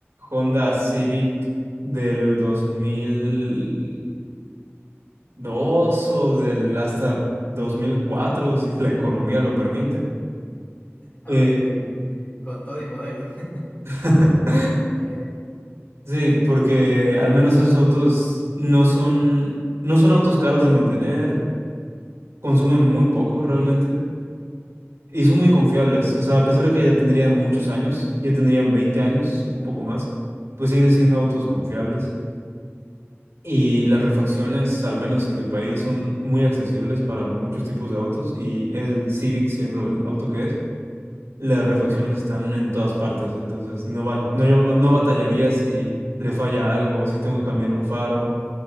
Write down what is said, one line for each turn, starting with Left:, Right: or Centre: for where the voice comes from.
Right: Honda Civic del dos mil dos o del hasta 2004 si la economía lo permite.
Left: Ah,
Right: Eh,
Left: vaya, con, con todo y modelo. <laughs>
Right: <laughs>
Left: Está bien.
Right: Sí, porque al menos esos autos no son, no son autos caros de mantener, consumen muy poco realmente y son muy confiables. O sea, a pesar de que ya tendrían muchos años, ya tendrían 20 años, un poco más, pues siguen siendo autos confiables. Y las refacciones, al menos en mi país, son muy accesibles para muchos tipos de autos y el Civic siendo el auto que es, las refacciones están en todas partes, entonces no va, no, no batallaría si le falla algo, si tengo que cambiarle un faro